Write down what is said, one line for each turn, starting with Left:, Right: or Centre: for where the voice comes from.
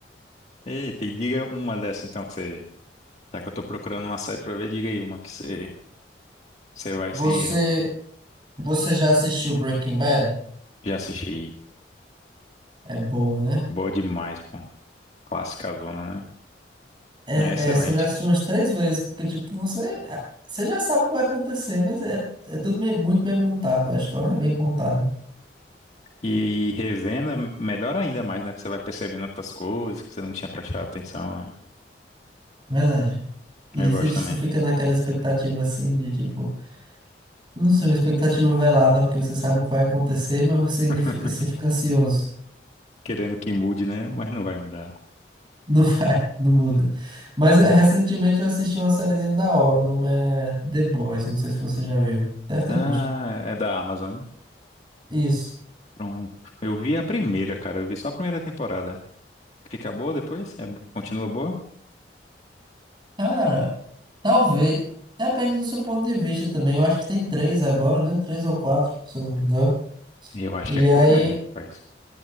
Left: Eita, e diga uma dessa, então, que você... Já que eu tô procurando uma série pra ver, diga aí uma que você, você vai
Right: Você.
Left: sem erro.
Right: Você já assistiu Breaking Bad?
Left: Já assisti,
Right: É boa, né?
Left: boa demais, pô. Clássica zona, né?
Right: É-
Left: É excelente.
Right: é, Essa eu já assisti umas três vezes, porque, tipo, você, ah, você já sabe o que vai acontecer, mas é, é tudo bem- muito bem montado, a história é bem contada,
Left: E, e revendo é melhor ainda mais, né? Que você vai percebendo outras coisas que você não tinha prestado atenção, né?
Right: é verdade. E
Left: Eu
Right: você,
Left: gosto
Right: você
Left: também.
Right: fica naquela expectativa, assim, de, tipo, não sei, uma expectativa velada, porque você sabe o que vai acontecer, mas você ainda
Left: <laughs>
Right: fi- assim, fica ansioso.
Left: Querendo que mude, né? Mas não vai mudar.
Right: Não vai, <laughs> não muda. Mas eh, recentemente eu assisti uma sériezinha da hora, o nome é The Boys, não sei se você já viu. Deve ter
Left: Ah,
Right: visto.
Left: é da Amazon, né?
Right: Isso.
Left: Pronto. Eu vi a primeira, cara. Eu vi só a primeira temporada. Fica boa depois? É- continua boa?
Right: Cara, talvez. Depende do seu ponto de vista também. Eu acho que tem três agora, né? Três ou quatro, se eu não me engano.
Left: Eu acho
Right: E
Left: que é por
Right: aí,
Left: aí, rapaz.